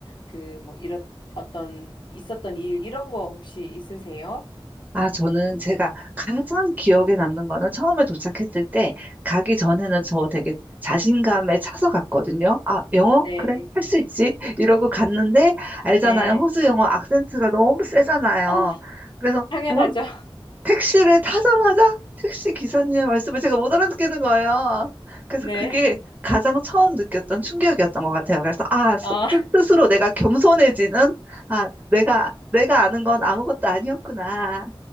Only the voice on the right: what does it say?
아, 저는 제가 가장 기억에 남는 거는 처음에 도착했을 때 가기 전에는 저 되게 자신감에 차서 갔거든요. 아, 영어?
그래, 할 수 있지. <laughs> 이러고 갔는데 알잖아요.
호주 영어 악센트가 너무 세잖아요.
그래서
뭐,
택시를 타자마자 택시 기사님의 말씀을 제가 못 알아듣겠는 거예요. 그래서
그게 가장 처음 느꼈던 충격이었던 것 같아요. 그래서 아, 스,
스로 내가 겸손해지는, 아, 내가, 내가 아는 건 아무것도 아니었구나.